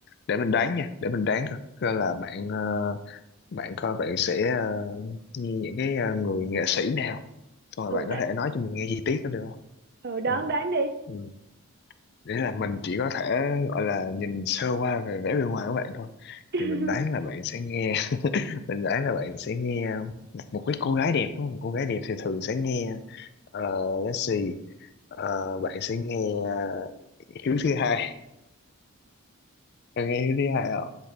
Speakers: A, on the left; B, on the right.
A: để mình đoán nha để mình đoán coi coi là bạn ờ, bạn coi bạn sẽ ờ, nghe những cái ờ, người nghệ sĩ nào xong rồi
B: ừ,
A: bạn có
B: đ-
A: thể nói cho mình nghe chi tiết đó được không
B: ừ đoán
A: ừ.
B: đoán đi
A: Ừ. Để là mình chỉ có thể gọi là nhìn sơ qua về vẻ bên ngoài của bạn thôi
B: <laughs>
A: thì mình đoán là bạn sẽ nghe <laughs> mình đoán là bạn sẽ nghe một, một cái cô gái đẹp đúng không cô gái đẹp thì thường sẽ nghe ờ, let's see Ờ, bạn sẽ nghe ờ, Hiếu thứ hai Bạn nghe Hiếu thứ hai không